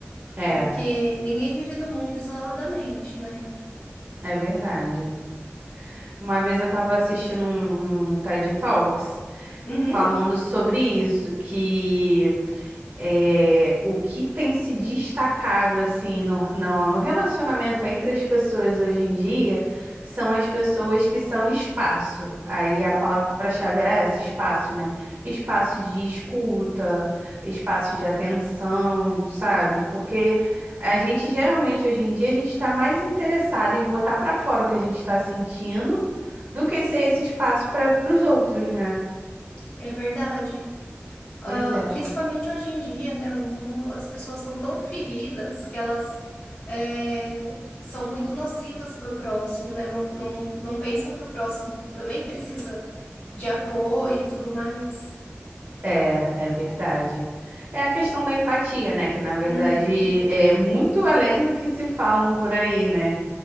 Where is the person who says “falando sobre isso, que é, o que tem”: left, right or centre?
Right